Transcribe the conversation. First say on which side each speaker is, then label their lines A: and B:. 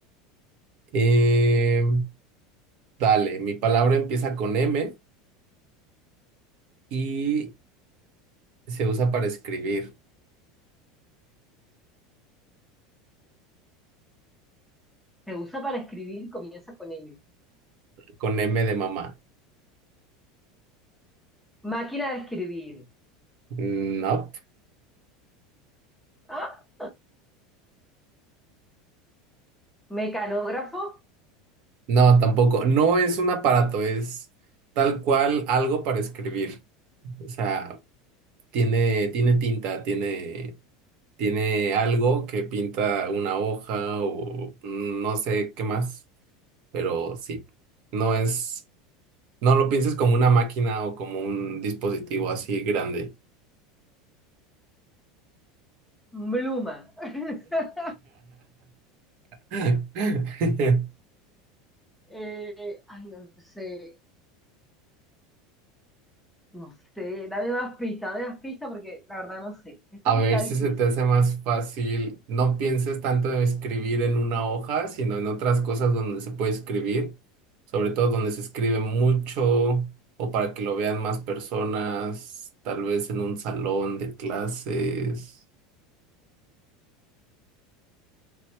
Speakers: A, on the right; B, in the centre.
A: Eh, dale, mi palabra empieza con M y se usa para escribir
B: Se usa para escribir y comienza con M.
A: con M de mamá.
B: Máquina de escribir.
A: Mm, No,
B: ¿Ah? Mecanógrafo,
A: no, tampoco. No es un aparato, es tal cual algo para escribir. O sea, tiene, tiene tinta, tiene... Tiene algo que pinta una hoja o no sé qué más, pero sí, no es, no lo pienses como una máquina o como un dispositivo así grande.
B: pluma. <laughs>
A: <laughs>
B: Eh, ay, no sé, no sé. Dame más pistas, dame más pistas porque la verdad no sé. Esta
A: A ver
B: sí está
A: si
B: difícil.
A: se te hace más fácil, no pienses tanto en escribir en una hoja, sino en otras cosas donde se puede escribir, sobre todo donde se escribe mucho o para que lo vean más personas, tal vez en un salón de clases.